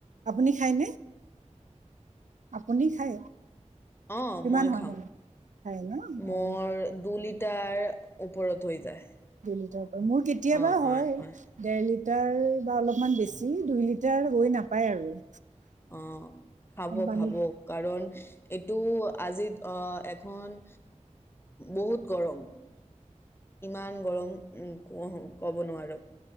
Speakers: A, on the right; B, on the left.
A: আপুনি খাইনে আপুনি খায়
B: অ
A: কিমান
B: মই
A: হয়
B: খাওঁ
A: মানে খায় ন
B: মোৰ
A: অ
B: দুলি তাৰ ওপৰত হৈ যায়
A: হিনতৰ মোৰ কেতিয়াবা
B: অ
A: হয়
B: অ অ
A: ডেৰলি লিটাৰ বা অলপমান বেছি দুই লিটাৰ হৈ নাপায় আৰু
B: অ খাব
A: মানে পানীত
B: খাব কাৰণ এইটো আজিত অ এখন বহুত গৰম ইমান গৰম উম ক কব নোৱাৰো